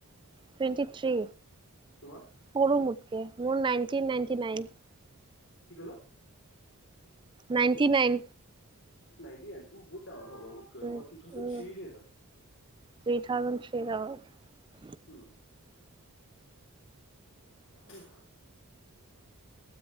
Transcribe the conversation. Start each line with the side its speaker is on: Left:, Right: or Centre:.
Right: টুৱেন্টীথিৰি
Left: তোমাৰ?
Right: সৰু মতকে মোৰ নাইন নাইটি নাইন।
Left: কি কলো।
Right: Ninety nine.
Left: নান্টি নাইন বহুত বহুত ডাঙৰ হ'ব মোতকৈ
Right: উম,
Left: টুডাউজেন্ট
Right: উম,
Left: থিৰিত হে।
Right: থ্ৰী থাউজেন্ড থ্ৰী আৱাৰ
Left: উম। উম।